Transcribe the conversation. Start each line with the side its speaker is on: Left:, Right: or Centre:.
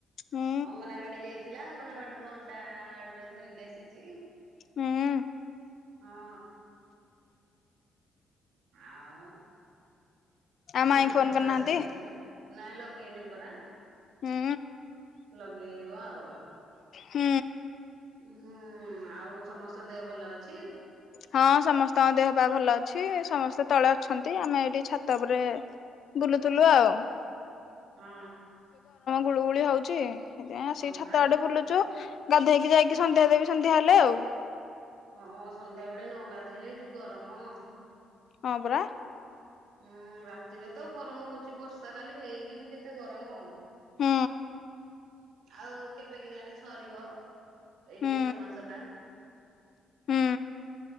Left: ହୁଁ
Right: ଅଙ୍ଗନାବାଡି ଯାଇଥିଲା ଅଙ୍ଗନାବାଡି ହେରୁ ଅଣ୍ଡା ଟେ ଧରିକି ଆସିଚି
Left: ହୁଁ
Right: ହଁ। ଆଉ।
Left: ଆଉ ମାଇଁ
Right: ଆ
Left: ଫୋନ
Right: ଭାତ
Left: କରିନାହାନ୍ତି?
Right: ଆସିବା ଖାଲେ। ନାଇଁ ଲଗେଇନି ପରା
Left: ହୁଁ
Right: ଲଗେଇବ ଆଉ।
Left: ହୁଁ।
Right: ହୁଁ ଆଉ ସମସ୍ତଙ୍କ ଦେହ ଭଲ ଅଛି?
Left: ହଁ ସମସ୍ତଙ୍କ ଦେହ ପା ଭଲ ଅଛି ସମସ୍ତେ ତଳେ ଅଛନ୍ତି ଆମେ ଏଇଠି ଛାତ ଉପରେ ବୁଲୁଥୁଲୁ ଆଉ।
Right: ହଁ।
Left: ଗୁଳୁଗୁଳି ହଉଚି ସେ ଆସିକି
Right: ହଁ
Left: ଛାତ
Right: ପରା
Left: ଆଡେ ବୁଲୁଚୁ। ଗାଧେଇକି ଯାଇକି ସନ୍ଧ୍ୟା ଦେବି ସନ୍ଧ୍ୟା ହେଲେ ଆଉ।
Right: ହଁ ସନ୍ଧ୍ୟା ବେଳେ ନ ଗାଧେଇଲେ ଏ ଯୋଉ ଗରମ‌
Left: ହଁପରା।
Right: ହୁଁ ରାତିରେ ତ ଗରମ ହଉଚି ବର୍ଷା କାଲି ହେଇକି ବି କେତେ ଗରମ।
Left: ହୁଁ।
Right: ଆଉ କେବେ କେଜାଣି ସରିବ ଏଇ
Left: ହୁଁ
Right: ଜେଷ୍ଟ ମାସ ଟା।
Left: ହୁଁ।